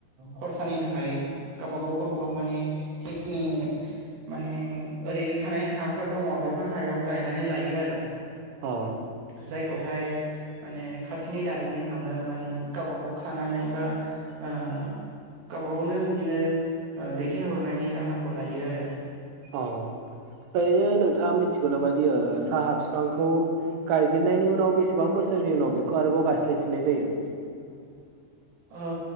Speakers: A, on the right; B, on the right.
A: खरसानि थाखाय गावब गाव गावबागाव माने खिनि माने ओरैनो थानाय हाफोर दङ बेफोर हायाव गायनानै लायो आरो
B: अ
A: जायखौहाय माने खाथिनि दारिमिनावनो माने गावबा गाव खानानै बा ओ गावबा गावनो बिदिनो दैथायहरनायनि राहाखौ लायो आरो <unintelligible>
B: अ ओरैनो नोंथाङा मिथिगौ नामादि साहा बिफांखौ गायजेननायनि उनाव बेसेबां बोसोरनि उनाव बेखौ आरोबाव गायस्लायफिननाय जायो?
A: ओ